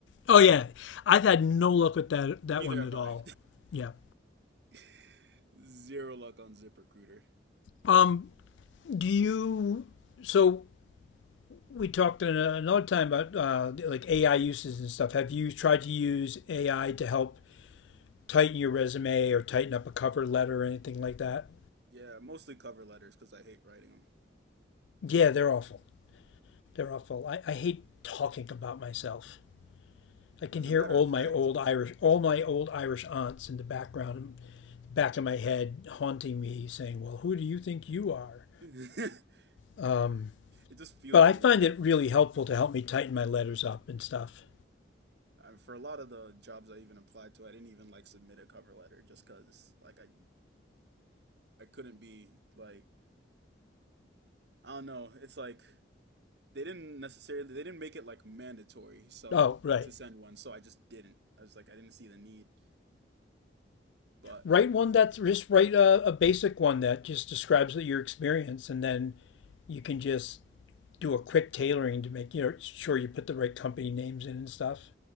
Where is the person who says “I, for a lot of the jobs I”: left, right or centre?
Right